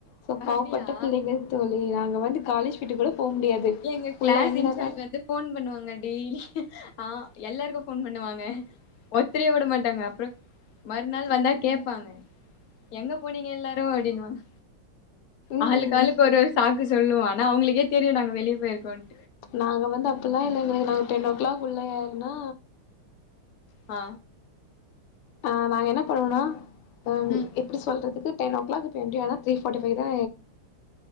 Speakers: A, on the left (about 80°); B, on the left (about 65°).
A: சோ பாவப்பட்ட
B: அப்டியா
A: பிள்ளைங்க தோழி நாங்க வந்து காலேஜ் விட்டு கூட போ முடியாது
B: எங்க க்ளஸ்
A: உள்ள எந்த
B: இன்சார்ஜ்
A: க
B: வந்து ஃபோன் பண்ணுவாங்க டெய்லி ஆ எல்லாருக்கு ஃபோன் பண்ணுவாங்க ஒத்திரையு விட மாட்டாங்க அப்புறோ மறுநாள் வந்தா கேப்பாங்க எங்க போனீங்க எல்லாரு அப்டின்னுவாங்க
A: ம்
B: ஆளுக்காளுக்கு ஒரு ஒரு சாக்கு சொல்லுவோ ஆனா அவங்களுக்கே தெரியு நாங்க வெளிய போயிருக்கோனு
A: நாங்க வந்து அப்டில்லா இல்லங்க தோழி நாங்க டென் ஓ க்ளாக் உள்ள ஏறுனா
B: ஆ
A: ஆ நாங்க என்ன பண்ணுவோனா ஆ
B: ம்
A: எப்டி சொல்றதுக்கு டென் ஓ க்ளாக் <unintelligible> ஆனா த்ரீ ஃபாரட்டி பைவ் தா